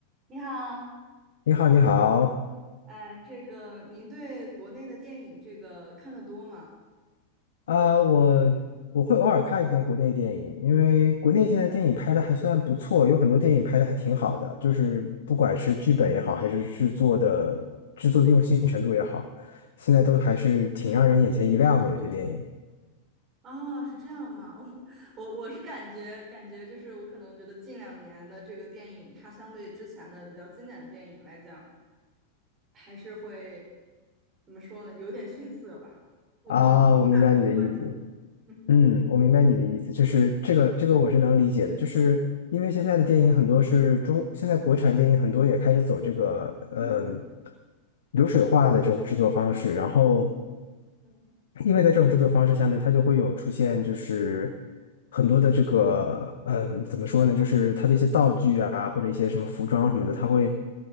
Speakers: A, on the right (about 25°); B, on the left (about 60°).
A: 你好，
B: 你好，你好，
A: 哎，这个您对国内的电影这个看得多吗？
B: 呃，我我会偶尔看一看国内电影，因为国内现在电影拍的还算不错，有很多电影拍的还挺好的，就是不管是剧本也好，还是制作的制作的用心程度也好，现在都还是挺让人眼前一亮的。有些电影
A: 啊，是这样吗？<laughs> 我我我是感觉感觉就是我可能觉得近两年的这个电影，它相对之前的比较经典的电影来讲，还是会怎么说呢？有点逊色吧。我不知道你赞同我的观点了。
B: 啊，我明白你的意思，
A: 嗯
B: 嗯，我明白你的意思，就是这个这个我是能理解的，就是因为现在的电影很多是中，现在国产电影很多也开始走这个嗯
A: 嗯，
B: 流水化的这种制作方式，然后。
A: 对，
B: 因为在这种制作方式下面，它就会有出现就是
A: 嗯。
B: 很多的这个，嗯，怎么说呢，就是它的一些道具啊，或者一些什么服装什么的，它会